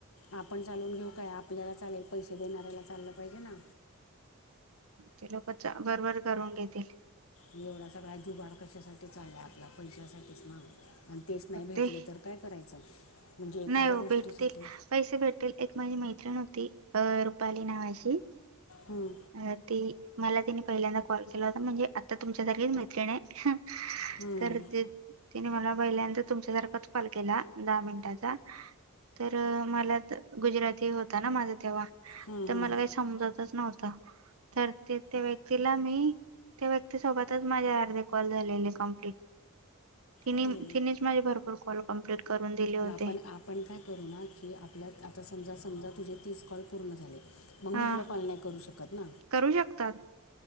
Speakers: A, on the left; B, on the right.
A: आपण चालवून घेऊ काय आपल्याला चालेल पैसे देणाऱ्याला चाललं पाहिजे ना.
B: ते लोक चा बरोबर करून घेतील.
A: एवढा सगळा जुबाड कशासाठी चाललाय आपला पैशासाठीच ना. आणि तेच नाही भेटले
B: ते
A: तर काय करायचं. म्हणजे एखाद्या
B: नाही हो
A: गोष्टीसाठी
B: भेटतील पैसे भेटतील एक माझी मैत्रीण हो ती अ रुपाली नावाची
A: हम्म,
B: अ ती. मला तनी पहिल्यांदा कॉल केला होता म्हणजे आता तुमच्यासारखीच मैत्रिण आहे.
A: हम्म,
B: तर तिने मला बहिल्यांतर तुमच्यासारखच कॉल केला दहा मिनिटात. तर मला गुजराती होता ना माझा तेव्हा.
A: हम्म,
B: तर
A: हम्म.
B: मला काही समजतच नव्हत तर ते त्या व्यक्तीला मी. त्या व्यक्तीसोबतच माझे अर्धे कॉल झालेले कंप्लीट. ति
A: अरे
B: तिनेच माझी भरपूर कॉल कमप्लीट करून दिली होती.
A: पण आपण काय करू ना की आपल्यात आता समजा समजा तुझे तीस कॉल पूर्ण झाले. मग मी
B: हा
A: तुला फल नाही करू शकत ना
B: करू शकतात